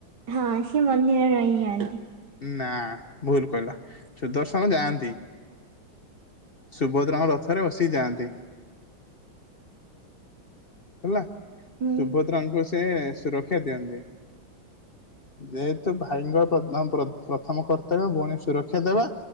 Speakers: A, on the right (about 60°); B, on the left (about 40°).
A: ହଁ ସିଏ ମନ୍ଦିରରେ ରହିଯାଆନ୍ତି।
B: ନା ଭୁଲ କହିଲ ସୁଦର୍ଶନ ଯାଆନ୍ତି। ସୁଭଦ୍ରାଙ୍କ ରଥରେ ବସି ଯାଆନ୍ତି। ହେଲା।
A: ହୁଁ।
B: ସୁଭଦ୍ରାଙ୍କୁ। ସେ ସୁରକ୍ଷା ଦିଅନ୍ତି ଯେହେତୁ ଭାଇଙ୍କ ପ୍ରଥମ କର୍ତ୍ତବ୍ୟ ଭଉଣୀ ସୁରକ୍ଷା ଦେବା